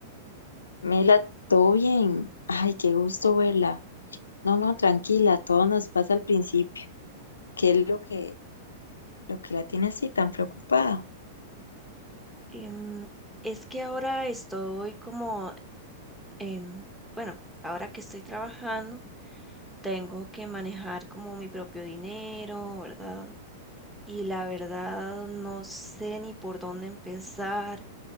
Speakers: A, on the left; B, in the centre.
A: Mela, todo bien. Ay, qué gusto verla. No, no, tranquila, todo nos pasa al principio. ¿Qué es lo que, lo que la tiene así tan preocupada?
B: Em, es que ahora estoy como, em, bueno, ahora que estoy trabajando, tengo que manejar como mi propio dinero, ¿verdad? Y la verdad no sé ni por dónde empezar.